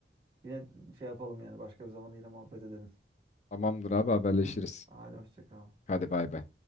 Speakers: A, on the right (about 30°); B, on the left (about 40°).
A: Yine şey yapalım yani başka bir zaman yine muhabbet edelim.
B: Tamamdır abi haberleşiriz.
A: Aha. Hadi hoşça kal.
B: Hadi bay bay.